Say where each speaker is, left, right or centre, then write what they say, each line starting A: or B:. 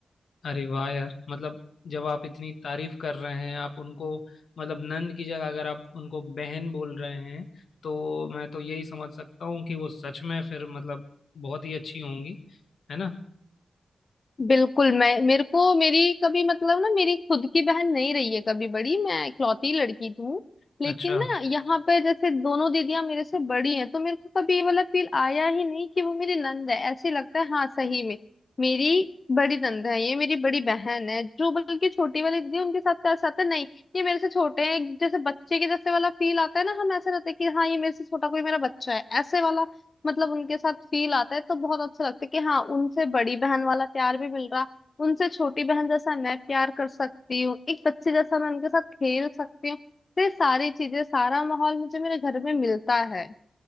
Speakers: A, on the left; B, on the left.
A: अरे वाह यार मतलब जब आप इतनी तारीफ कर रहे हैं आप उनको मतलब नंद की जगह अगर आप उनको बहन बोल रहे हैं तो मैं तो यही समझ सकता हूँ कि वो सच में फिर मतलब बहुत ही अच्छी होंगी है ना
B: बिल्कुल मैं मेरे को मेरी कभी मतलब ना मेरी खुद की बहन नहीं रही है कभी बड़ी मैं इकलौती लड़की हूँ लेकिन
A: अच्छा
B: ना यहाँ पे जैसे दोनों दीदियां मेरे से बड़ी हैं तो मेरे को कभी ये वाला फील आया ही नहीं कि वो मेरी नंद है ऐसे लगता है हाँ सही में मेरी बड़ी नंद है ये मेरी बड़ी बहन है जो बल्कि छोटी वाली दीदी है, उनके साथ तो ऐसा आता है, नहीं ये मेरे से छोटे हैं जैसे बच्चे के जैसे वाला फील आता है ना हम ऐसे रहते हैं कि हाँ ये मेरे से छोटा कोई मेरा बच्चा है ऐसे वाला मतलब उनके साथ फील आता है तो बहुत अच्छा लगता है कि हाँ उनसे बड़ी बहन वाला प्यार भी मिल रहा उनसे छोटी बहन जैसा मैं प्यार कर सकती हूँ एक बच्चे जैसा मैं उनके साथ खेल सकती हूँ तो ये सारी चीजें सारा माहौल मुझे मेरे घर में मिलता है